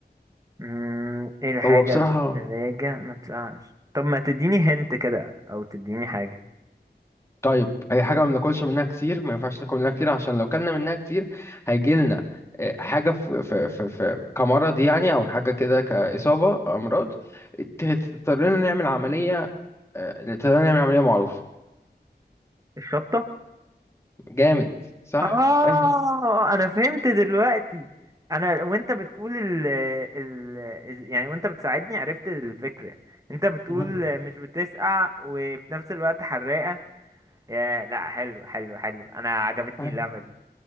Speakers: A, on the right; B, on the left.
A: مم، ايه الحاجة
B: هو بصراحه
A: اللي في التلاجة ما بتقعش طب ما تديني هنت كده او تديني حاجة
B: طيب اي حاجه ما بناكلش منها كتير ما ينفعش ناكل منها كتير عشان لو كلنا منها كتير هيجي لنا آه، حاجه في في في في كمرض يعني او حاجه كده كاصابه امراض ت- تضطرنا نعمل عمليه آه، تضطرنا نعمل عمليه معروف
A: الشطة
B: جامد صح
A: اه
B: ايوه
A: انا فهمت دلوقتي انا وانت بتقول ال ال يعني وانت بتساعدني عرفت الفكرة انت بتقول
B: مهم.
A: مش بتسقع وفي نفس الوقت حراقة يا لا حلو حلو حلو انا عجبتني
B: أيوة.
A: اللعبة دي